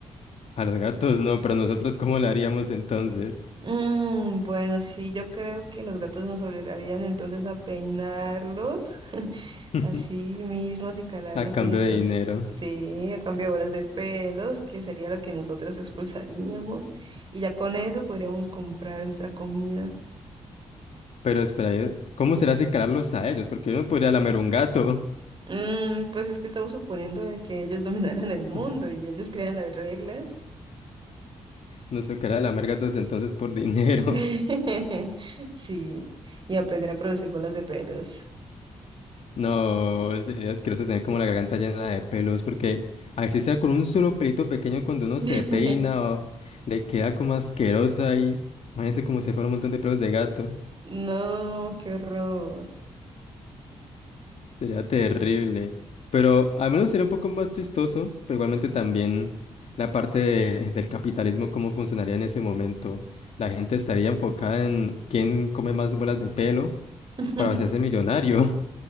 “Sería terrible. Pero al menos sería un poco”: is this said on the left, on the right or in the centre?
Left